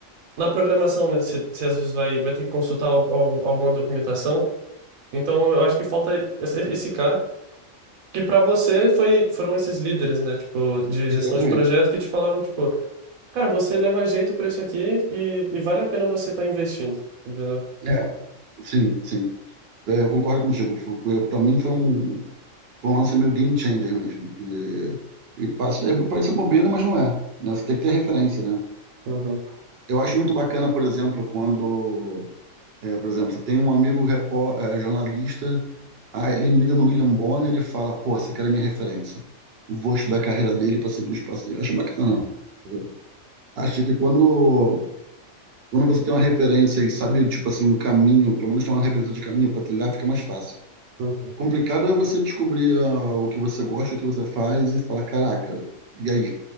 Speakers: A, on the right; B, on the right.
A: Na programação, né? Você às vezes vai, vai ter que consultar al- al- alguma documentação. Então, eu acho que falta esse, esse cara. Que para você foi, foram esses líderes, né? Tipo, de gestão
B: Exatamente.
A: de projeto que te falaram, tipo, Cara, você leva jeito pra isso aqui e, e vale a pena você estar investindo, entendeu?
B: É, sim, sim. É, eu concordo contigo. Para mim foi um, foi um lance meio game changer mesmo. E, e parece, é, parece bobeira, mas não é. né? Você tem que ter referência, né?
A: Uhum,
B: Eu acho muito bacana, por exemplo, quando, é, por exemplo, você tem um amigo repó, é, jornalista, aí ele mira no William Bonner e fala, pô, esse cara é minha referência. Vou estudar a carreira dele para seguir os passos dele. Acho bacana. entendeu? Acho que quando, quando você tem uma referência e sabe, tipo assim, um caminho, pelo menos tem uma referência de caminho para trilhar, fica mais fácil.
A: uhum.
B: Complicado é você descobrir ah, o que você gosta, o que você faz e falar, caraca, e aí?